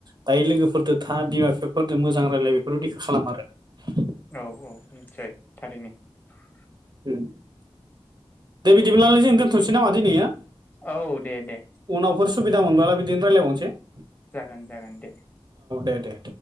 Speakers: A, on the right; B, on the left.
A: दायो लोगोफोरदो था बिमा बिफाफोरजों मोजां रायलाय रुतिखौ खालाम आरो।
B: औ औ निसय थारैनो ।
A: उम दे बिदिब्लाब्लालाय जों दोनथ'नोसै नामा दिनैयो
B: औ दे दे
A: उनावफोर सुबिदा मोनबोला बिदि रायलायबावनोसै ।
B: जागोन जागोन दे।
A: दे दे